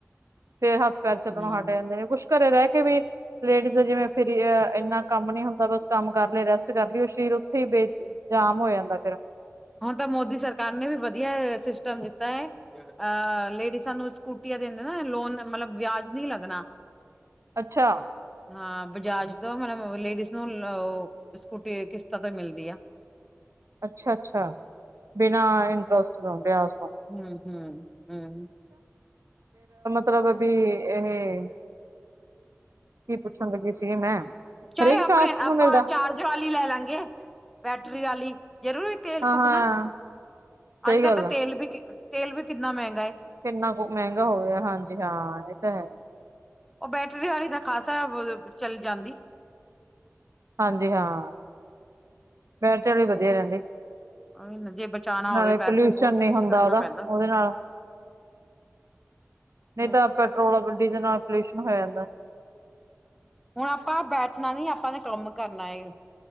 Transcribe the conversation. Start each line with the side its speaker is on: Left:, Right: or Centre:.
Right: ਫੇਰ ਹੱਥ-ਪੈਰ
Centre: ਹਾਂ
Right: ਚੱਲਣ ਤੋਂ ਹਟ ਜਾਂਦੇ ਨੇ, ਕੁੱਛ ਘਰੇ ਰੈ ਕੇ ਵੀ ਲੇਡੀਜ਼ ਜਿਵੇਂ ਫੇਰ ਇੰਨਾ ਕੰਮ ਨੀ ਹੁੰਦਾ, ਬਸ ਕੰਮ ਕਰ ਲਏ, ਰੈਸਟ ਕਰ ਲਈਏ, ਓ ਸਰੀਰ ਓਥੇ ਈ ਬੇ ਜਾਮ ਹੋ ਜਾਂਦਾ ਫੇਰ
Centre: ਹੁਨ ਤੇ ਮੋਦੀ ਸਰਕਾਰ ਨੇ ਵੀ ਵਧੀਆ ਸਿਸਟਮ ਕਿੱਤਾ ਏ। ਅਹ ਲੇਡੀਸਾ ਨੂੰ ਸਕੂਟੀਆਂ ਦਿੰਦੇ ਨਾ, ਲੋਨ ਮਤਲਬ ਵਿਆਜ ਨਈ ਲੱਗਣਾ।
Right: ਅੱਛਾ।
Centre: ਹਾਂ, ਬਜਾਜ ਤੋਂ ਮਤਬ ਲੇਡੀਜ਼ ਨੂੰ ਓ ਸਕੂਟੀ ਕਿਸਤਾਂ ਤੇ ਮਿਲਦੀ ਆ।
Right: ਅੱਛਾ-ਅੱਛਾ, ਬਿਨਾਂ ਇੰਟਰਸਟ ਤੋਂ ਬਿਆਜ ਤੋਂ।
Centre: ਹੂੰ-ਹੂੰ, ਹੂੰ।
Right: ਤਲਬ ਬੀ ਏਹ ਪੁੱਛਣ ਲੱਗੀ ਸੀਗੀ ਮੈਂ
Centre: ਚਾਹੇ
Right: ਹਰੇਕ
Centre: ਆਪਨੇ
Right: ਕਾਸਟ ਨੂੰ
Centre: ਆਪਾਂ
Right: ਮਿਲਦਾ
Centre: ਚਾਰ ਜਾਲੀ ਲੈ ਲਾਂਗੇ ਬੈਟਰੀ ਆਲੀ, ਜਰੂਰੀ ਤੇਲ
Right: ਹਾਂ-ਹਾਂ
Centre: ਫੂਕਣਾ।
Right: ਸਹੀ
Centre: ਅੱਜ-ਕੱਲ
Right: ਗੱਲ
Centre: ਤਾਂ
Right: ਆ
Centre: ਤੇਲ ਬੀ ਕਿੰ ਤੇਲ ਬੀ ਕਿੰਨਾ ਮੈੰਗਾ ਏ।
Right: ਕਿੰਨਾ ਕੁ ਮੈੰਗਾ ਹੋਇਆ, ਹਾਂਜੀ ਹਾਂ ਏ ਤਾਂ ਹੈ।
Centre: ਓ ਬੈਟਰੀ ਆਲੀ ਤਾਂ ਖਾਸਾ ਵ ਚੱਲ ਜਾਂਦੀ।
Right: ਹਾਂਜੀ ਹਾਂ, ਬੈਟਰੀ ਆਲੀ ਵਧੀਆ ਰੈੰਦੀ।
Centre: ਉਹੀ ਨਾ ਜੇ ਬਚਾਉਣਾ
Right: ਨਾਲੇ
Centre: ਹੋਵੇ ਪੈਸੇ
Right: ਪੋਲਿਊਸ਼ਨ
Centre: ਬਹੁਤ ਕੁਛ
Right: ਨੀ ਹੁੰਦਾ
Centre: ਕਰਨਾ
Right: ਓਦਾ,
Centre: ਪੈਂਦਾ
Right: ਓਦੇ ਨਾਲ।
Centre: ਹੂੰ,
Right: ਨਈਂ ਤਾਂ ਪੈਟਰੋਲ, ਡੀਜਲ ਨਾਲ ਪੋਲਿਊਸ਼ਨ ਹੋ ਜਾਂਦੈ।
Centre: ਹੋਨ ਆਪਾਂ ਬੈਠਣਾ ਨੀ, ਆਪਾਂ ਨੇ ਕੰਮ ਕਰਨਾ ਏ।